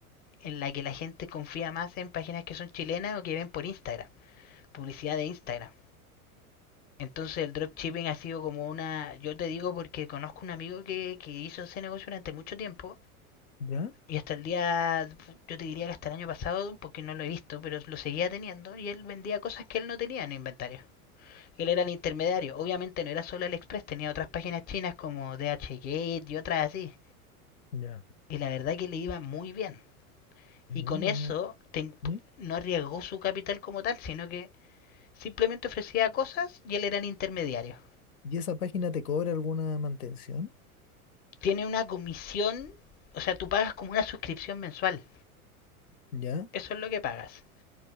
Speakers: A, on the left; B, on the left.
A: en la que la gente confía más en páginas que son chilenas o que ven por Instagram, publicidad de Instagram. Entonces el dropshipping ha sido como una, yo te digo porque conozco un amigo que, que hizo ese negocio durante mucho tiempo
B: ¿Ya?
A: y hasta el día, yo te diría que hasta el año pasado, porque no lo he visto, pero lo seguía teniendo y él vendía cosas que él no tenía en el inventario. Él era el intermediario, obviamente no era solo AliExpress, tenía otras páginas chinas como DHgate y otras así.
B: Ya.
A: Y la verdad que le iba muy bien.
B: Mira,
A: Y con eso
B: no.
A: te,
B: ¿Mm?
A: no arriesgó su capital como tal, sino que Simplemente ofrecía cosas y él era el intermediario.
B: ¿Y esa página te cobra alguna mantención?
A: Tiene una comisión, o sea, tú pagas como una suscripción mensual.
B: ¿Ya?
A: Eso es lo que pagas.